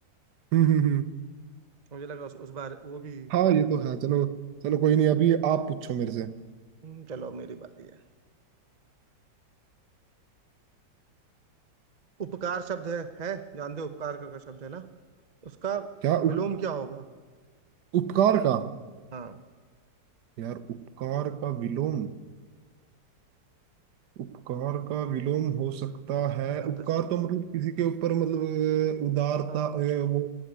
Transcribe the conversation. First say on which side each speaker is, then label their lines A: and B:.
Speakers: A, on the right; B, on the right.
A: हम्म हम्म हम्म
B: मुझे लगा उस, उस बार वो भी
A: हाँ
B: मैंने
A: ये
B: थोड़ा
A: तो है चलो चलो कोई नहीं अभी आप पूछो मेरे से
B: हम्म, चलो मेरी बारी है उपकार शब्द है है जानते हो उपकार का, का शब्द है ना उसका
A: क्या उप,
B: विलोम क्या होगा
A: उपकार का
B: हाँ
A: यार उपकार का विलोम उपकार का विलोम हो सकता
B: हम्म,
A: है
B: अब
A: उपकार
B: तो
A: तो मतलब किसी के ऊपर मतलब अ, उदारता
B: हाँ
A: अ,
B: कुछ
A: वो